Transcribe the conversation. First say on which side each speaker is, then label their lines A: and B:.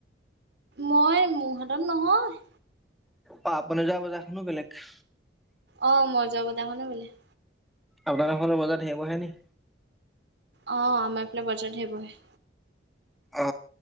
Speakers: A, on the right; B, in the centre.
A: মই মোৰ হাতত নহয়।
B: পাপনে যোৱা বজাৰখনো বেলেগ।
A: অ মই যোৱা বজাৰ খনো বেলেগ।
B: আপোনালোকৰ ফালে বজাৰ ধেৰ বহে নি?
A: অ আমাৰ ফালে বজাৰ ধেৰ বহে।
B: অ